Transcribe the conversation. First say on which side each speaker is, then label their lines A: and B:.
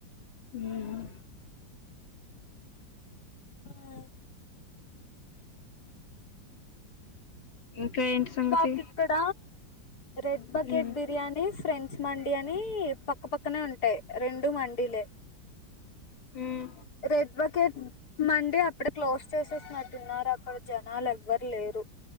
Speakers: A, on the left; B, on the left.
A: మ్మ్
B: హ్మ్
A: ఇంకా ఏంటి సంగతి
B: మాక్ ఇక్కడ రెడ్ బకెట్
A: ఉమ్
B: బిర్యానీ ఫ్రెంచ్ మండి అని పక్కపక్కనే ఉంటాయి రెండు మండీలే
A: ఉమ్
B: రెడ్ బకెట్ మండి అప్పుడు క్లోజ్ చేసేసినట్టున్నారు అక్కడ జనాలు ఎవ్వరు లేరు